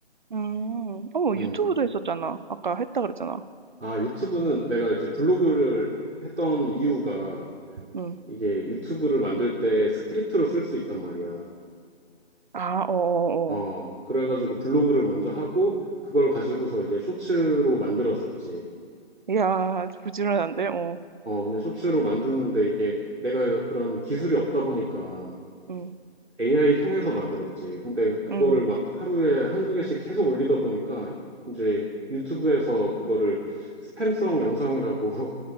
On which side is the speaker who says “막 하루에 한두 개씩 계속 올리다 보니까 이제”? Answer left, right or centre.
Right